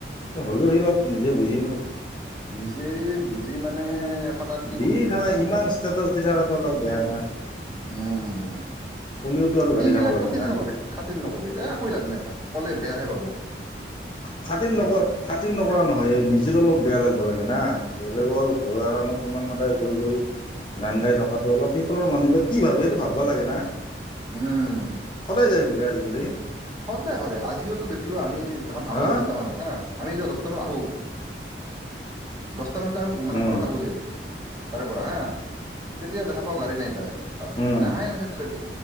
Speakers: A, on the left; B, on the right.
A: অ হ'লেও সিগিলা নিজে বুজি পাব।
B: নিজে বুজি মানে এখন আৰু কি
A: দি
B: কবি, বুটছা
A: থকা
B: না
A: ইমান
B: নাই?
A: ষ্টেটাছ দি থকাটো অলপ বেয়া না
B: উম,
A: হ'লেওতো আৰু
B: সি
A: গালি
B: সিবিলাক
A: খাব লাগিব
B: খাতিৰ
A: না
B: নকৰে, খাতিৰ নকৰে। এ কই লাভ নাই, তাক ক'লে বেয়াহে পাব।
A: খাতিৰ নকৰে, খাতিন নকৰা নহয়! য়ে নিজৰও অলপ বেয়া লাগব লাগে না। বেলেগৰ ঘৰুৱা কামত ইমান সদায় গৈ গৈ গান গাই থকাটো অলপ সেইফালৰ মানুহে বা কি ভাবে, সেইটো ভাববা লাগে না।
B: উম
A: সদায় যায়। বোলে আজিকালি।
B: সদায় কৰে, আজিওতো দেখলো আমি। যিদিনা খন আহোঁ
A: হা
B: দছতামানত হা, আমি যে দছটামানত আহোঁ দছ মানত জাং মানে
A: উম
B: ঘৰত আহো যে তাৰে পৰা হা, তেতিয়া দেখা পাওঁ গাড়ী নাই তাই তাৰ
A: উম
B: মানে আহাই নাই যেতিয়ালেকে।